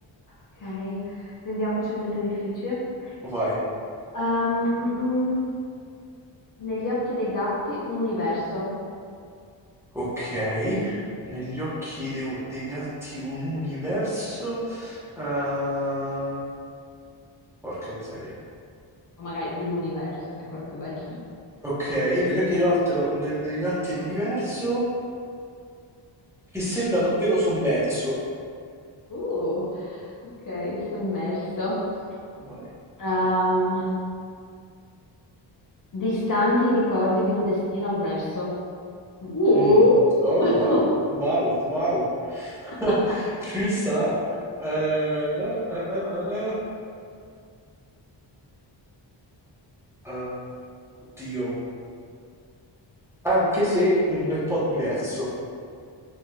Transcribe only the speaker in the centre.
Vai.
Ok, negli occhi dei, dei gatti un universo. eh, Porca miseria.
Ok, negli occhi dei, gatti- ne- dei gatti l'universo che sembra davvero sommerso.
Vai.
Mm. Oh,
wow, wow, wow. <laughs>
Ci sta. Eh, eh, eh, eh, eh. Eh, oddio, anche se un bel po' diverso.